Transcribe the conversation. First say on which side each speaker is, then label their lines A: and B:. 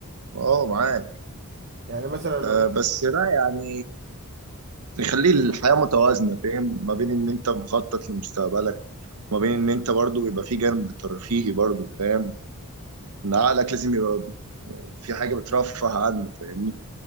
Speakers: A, on the right; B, on the right.
A: اه معاك
B: يعني مثلا لو
A: آه
B: نفسك
A: بس لا يعني يخلي الحياة متوازنة فاهم ما بين ان انت مخطط لمستقبلك ما بين ان انت برضو يبقى في جانب ترفيهي برضو فاهم ان عقلك لازم يبقى في حاجة بترفه عنه فاهمني